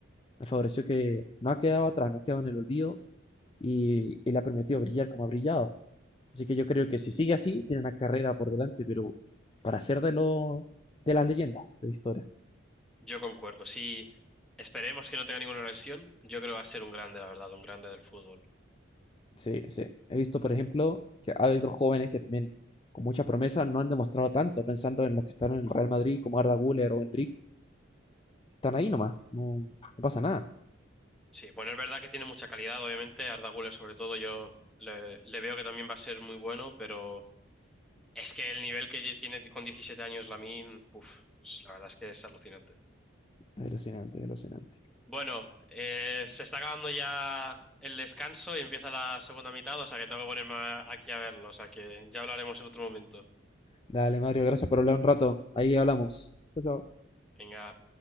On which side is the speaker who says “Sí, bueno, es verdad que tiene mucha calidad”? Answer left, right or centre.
Centre